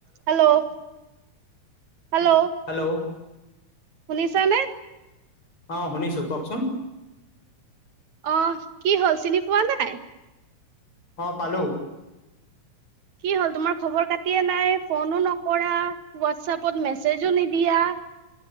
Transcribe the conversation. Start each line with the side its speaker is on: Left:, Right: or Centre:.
Right: Hello hello
Left: hello
Right: শুনিছা নে?
Left: অ শুনিছোঁ। কওকচোন?
Right: অ কি হ'ল চিনি পোৱা নাই?
Left: অ পালোঁ।
Right: কি হ'ল তোমাৰ খবৰ কাটিয়ে নাই? ফোনো নকৰা, হোৱাটছপত মেছেজো নিদিয়া?